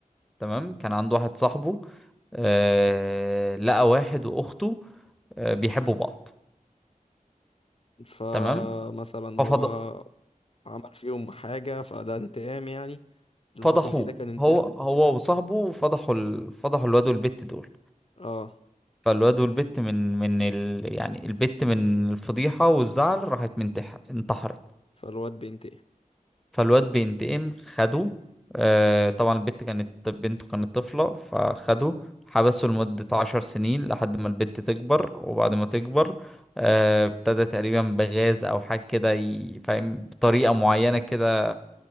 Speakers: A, in the centre; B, on the left (about 45°).
A: تمام كان عنده واحد صاحبه آه لقى واحد واخته آه بيحبوا بعض
B: فمثلا
A: تمام ففضل
B: هو عمل فيهم حاجة فده انتقام يعني اللي
A: فضحوه
B: حصل فيه ده كان انتقام
A: هو هو وصاحبه فضحوا ال... فضحوا الواد والبت دول
B: اه
A: فالواد والبت من من ال... يعني البت من الفضيحة والزعل راحت منتح... انتحرت
B: فالواد بينتقم
A: فالواد بينتقم خده آه طبعا البت كانت بنته كانت طفلة فخده حبسه لمدة عشر سنين لحد ما البت تكبر وبعد ما تكبر آه، ابتدى تقريبا بغاز او حاجة كده ي- فاهم بطريقة معينة كده